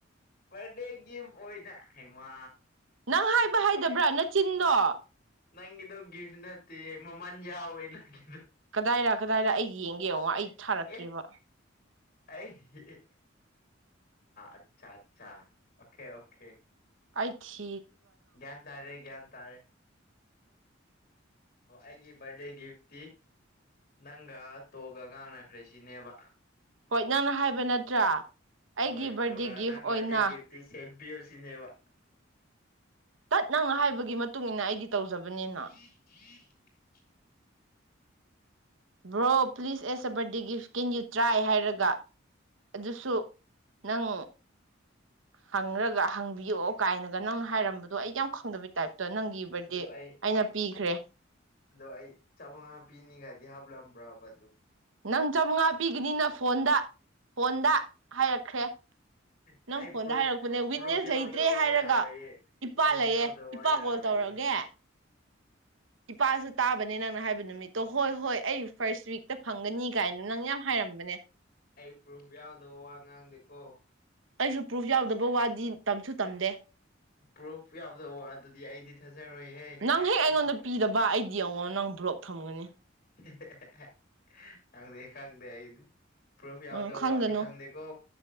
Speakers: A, on the left; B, on the right.
A: ꯕꯥꯔꯗꯦ ꯒꯤꯐ ꯑꯣꯏꯅ ꯍꯥꯏꯃ
B: ꯅꯪ ꯍꯥꯏꯕ ꯍꯥꯏꯗꯕ꯭ꯔꯥ ꯅꯆꯤꯟꯗꯣ
A: ꯅꯪꯒꯤꯗꯣ ꯒꯤꯐ ꯅꯠꯇꯦ ꯃꯃꯜ ꯌꯥꯎꯋꯦ ꯅꯪꯒꯤ
B: ꯀꯗꯥꯏꯔ ꯀꯗꯥꯏꯔ ꯑꯩ ꯌꯦꯡꯒꯦ ꯌꯦꯡꯉꯣ ꯑꯩ ꯊꯥꯔꯛꯀꯦꯕ
A: ꯑꯦ ꯑꯩ ꯍꯤꯍꯤ ꯍꯤ ꯑꯆꯥ ꯑꯆꯥ ꯑꯣꯀꯦ ꯑꯣꯀꯦ
B: ꯑꯩꯥ ꯊꯤ
A: ꯒ꯭ꯌꯥꯟ ꯇꯥꯔꯦ ꯒ꯭ꯌꯥꯟ ꯇꯥꯔꯦ ꯑꯣ ꯑꯩꯒꯤ ꯕꯥꯠꯗꯦ ꯒꯤꯐꯇꯤ ꯅꯪꯒ ꯇꯣꯒ ꯉꯥꯡꯅꯈ꯭ꯔꯦ ꯁꯤꯅꯦꯕ
B: ꯍꯣꯏ ꯅꯪꯅ ꯍꯥꯏꯕ ꯅꯠꯇ꯭ꯔꯥ ꯑꯩꯒꯤ
A: ꯍꯣꯏ
B: ꯕꯥꯔꯗꯦ
A: ꯑꯗꯨꯒ
B: ꯒꯤꯐ
A: ꯅꯪ
B: ꯑꯣꯏꯅ
A: ꯕꯥꯠꯗꯦ ꯒꯤꯞꯇꯤ ꯁꯦꯝꯕꯤꯌꯣ ꯁꯤꯅꯦꯕ
B: ꯇꯠ ꯅꯪꯅ ꯍꯥꯏꯕꯒꯤ ꯃꯇꯨꯡ ꯏꯟꯅ ꯑꯩꯗꯤ ꯇꯧꯖꯕꯅꯤꯅ
A: <inaudible>
B: bro please as a birthday gift gift can you try ꯍꯥꯏꯔꯒ ꯑꯗꯨꯁꯨ ꯅꯪ ꯍꯪꯔꯒ ꯍꯪꯕꯤꯌꯣ ꯀꯥꯏꯅꯒ ꯅꯪꯅ ꯍꯥꯏꯔꯝꯕꯗꯣ ꯑꯩ ꯌꯥꯝ ꯈꯪꯗꯕꯩ ꯇꯥꯏꯞ ꯗ ꯅꯪꯒꯤ ꯕꯔꯗꯦ
A: ꯑꯗꯣ ꯑꯩ
B: ꯑꯩꯅ ꯄꯤꯈ꯭ꯔꯦ
A: ꯑꯗꯣ ꯑꯩ ꯆꯥꯃꯉꯥ ꯄꯤꯅꯤꯒꯥꯏꯗꯤ ꯍꯥꯞꯂꯝꯕ꯭ꯔꯕ ꯑꯗꯣ
B: ꯅꯪ ꯆꯥꯃꯉꯥ ꯄꯤꯒꯅꯤꯅ ꯐꯣꯟꯗ ꯐꯣꯟꯗ ꯍꯥꯏꯔꯛꯈ꯭ꯔꯦ
A: ꯑꯩ
B: ꯅꯪ ꯐꯣꯟꯗ
A: ꯄ꯭ꯔꯨꯐ
B: ꯍꯥꯏꯔꯛꯄꯅꯦ
A: ꯄ꯭ꯔꯨꯐ
B: ꯋꯤꯠꯅꯦꯁ
A: ꯌꯥꯎꯗꯕ
B: ꯂꯩꯇ꯭ꯔꯦ
A: ꯋꯥ
B: ꯍꯥꯏꯔꯒ
A: ꯌꯥꯔꯣꯏꯌꯦ
B: ꯏꯄꯥ
A: ꯄ꯭ꯔꯨꯐ
B: ꯂꯩꯌꯦ
A: ꯌꯥꯎꯗꯕ
B: ꯏꯄꯥ
A: ꯋꯥ ꯌꯥꯔꯣꯏꯌꯦ
B: ꯀꯣꯜ ꯇꯧꯔꯑꯒꯦ ꯏꯄꯥꯁꯨ ꯇꯥꯕꯅꯦ ꯅꯪꯅ ꯍꯥꯏꯕ ꯅꯨꯃꯤꯠꯇꯣ ꯍꯣꯏ ꯍꯣꯏ ꯑꯩ ꯐꯔꯁ ꯋꯤꯛꯇ ꯐꯪꯒꯅꯤ ꯀꯥꯏꯅ ꯅꯪ ꯌꯥꯝ ꯍꯥꯏꯔꯝꯕꯅꯦ
A: ꯑꯩ ꯄ꯭ꯔꯨꯐ ꯌꯥꯎꯗꯕ ꯋꯥ ꯉꯥꯡꯗꯦꯀꯣ
B: ꯑꯩꯖꯨ ꯄ꯭ꯔꯨꯐ ꯌꯥꯎꯗꯕ ꯋꯥꯗꯤ ꯇꯝꯁꯨ ꯇꯝꯗꯦ
A: ꯄ꯭ꯔꯨꯐ ꯌꯥꯎꯗꯕ ꯋꯥ ꯗꯨꯗꯤ ꯑꯩꯗꯤ ꯊꯥꯖꯔꯣꯏꯍꯦ
B: ꯅꯪ
A: ꯌꯥꯔꯣꯏꯍꯦ
B: ꯍꯦꯛ ꯑꯩꯉꯣꯟꯗ ꯄꯤꯗꯕ ꯑꯩꯗꯤ ꯌꯦꯡꯉꯣ ꯅꯪ ꯕ꯭ꯂꯣꯛ ꯊꯝꯒꯅꯤ
A: ꯍꯦ ꯍꯦ ꯍꯦ ꯈꯪꯗꯦ ꯈꯪꯗꯦ ꯑꯩꯗꯤ ꯄ꯭ꯔꯨꯐ ꯌꯥꯎꯗ
B: ꯎꯝ ꯈꯪꯒꯅꯨ
A: ꯋꯥꯗꯤ ꯈꯪꯗꯦꯀꯣ